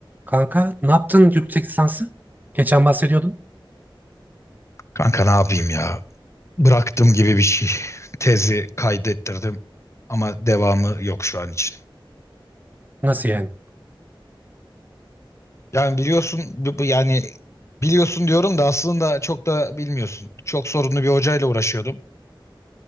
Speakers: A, on the right; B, on the left.
A: Kanka ne yaptın yüksek lisansı? Geçen bahsediyordun.
B: Kanka ne yapayım ya? Bıraktım gibi bir şey. Tezi kaydettirdim ama devamı yok şu an için.
A: Nasıl yani?
B: Yani biliyorsun bu- bu- yani biliyorsun diyorum da aslında çok da bilmiyorsun. Çok sorunlu bir hocayla uğraşıyordum.